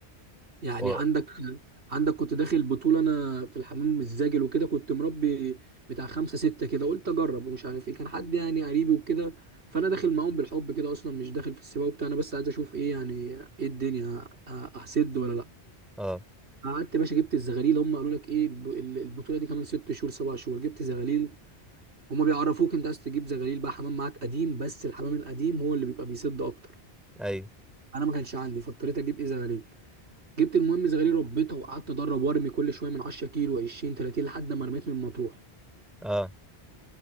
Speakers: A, on the right; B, in the centre.
A: يعني
B: و...
A: عندك عندك كنت داخل بطولة أنا في الحمام الزاجل وكده كنت مربي بتاع خمسة ستة كده قلت أجرب ومش عارف إيه كان حد يعني قريبي وكده فأنا داخل معاهم بالحب كده أصلا مش داخل في السباق وبتاع أنا بس عايز أشوف إيه يعني إيه الدنيا أ- أسد ولا لأ
B: اه
A: قعدت يا باشا جبت الزغاليل هم قالوا لك إيه الب- ال- البطولة دي كمان ست شهور سبع شهور جبت زغاليل هم بيعرفوك أنت عايز تجيب زغاليل بقى حمام معاك قديم بس الحمام القديم هو اللي بيبقى بيسد أكتر
B: ايوه
A: أنا ما كانش عندي فاضطريت أجيب إيه زغاليل جبت المهم زغالية ربيتها وقعدت ادرب وارمي كل شويه من 10 كيلو 20 30 لحد ما رميت من مطروح
B: اه